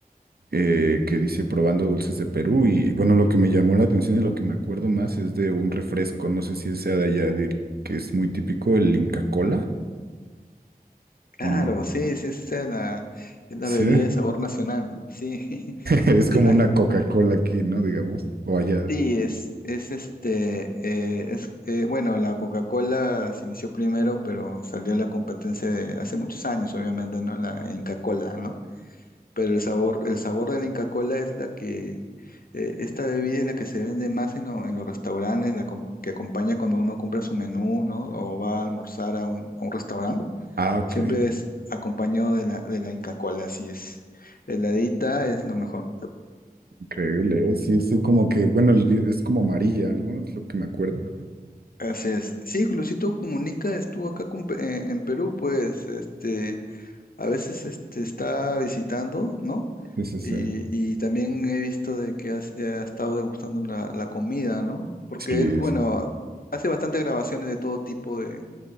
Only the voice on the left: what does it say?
Claro,
sí, sí, sí, es la, es la
bebida de sabor nacional, sí, <laughs>
es
la,
sí, es, es este, eh, es, eh, bueno, la Coca-Cola se inició primero, pero salió la competencia de hace muchos años, obviamente, ¿no? La Inca-Cola, ¿no? Pero el sabor, el sabor de la Inca-Cola es la que, eh, esta bebida es la que se vende más en, lo- en los restaurantes, la com- que acompaña cuando uno compra su menú, ¿no? O va a almorzar a un, a un restaurante.
Siempre es acompañado de la, de la Inca Kola, así es. Heladita es lo mejor.
Así es. Sí, Luisito Comunica estuvo acá con Pe- en, en Perú, pues, este, a veces este, está visitando, ¿no?
Y,
y también he visto de que has- ha estado degustando la, la comida, ¿no? Porque
él, bueno,
hace bastantes grabaciones de todo tipo de,